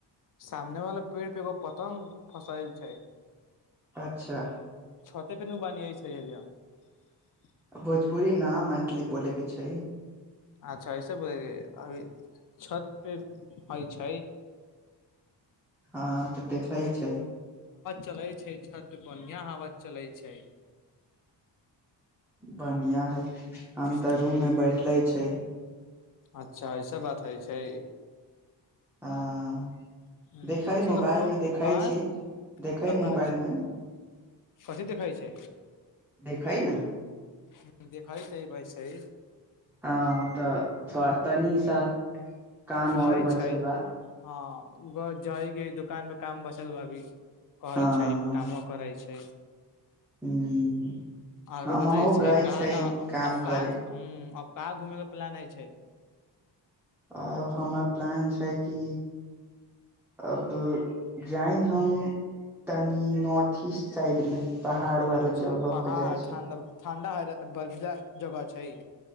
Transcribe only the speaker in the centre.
अच्छा
भोजपुरी ना मैथिली बोलैके छैय।
हाँ तऽ देखेऽ छैय।
बढ़िआँ हइ हम
तऽ रूममे बैठले छैय।
आं
देखै
मोबाइल
मे देखै
छीय देखै
मोबाइल
मे
देखै ने।
हँ तऽ थोड़ा तनी सा काम
आओर बचल
बा।
हँ
हँ
हूँ
हमहुँ
गय
छै
काम
करे
आब हमर प्लान छैय कि अब जाइ हम तनी नार्थ ईस्ट साइड मे। पहाड़ वाला
जगह
पे जाइ छै